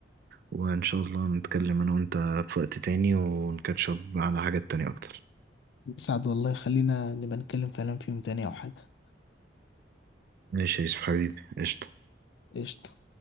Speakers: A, on the right; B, on the left.
A: وان شاء الله نتكلم انا وانت في وقت تاني ونكاتشب على حاجات تانية اكتر
B: سعد والله خلينا نبقى نتكلم فعلا فيهم تاني او حاجه
A: ماشي يا يوسف حبيبي قشطة
B: قشطه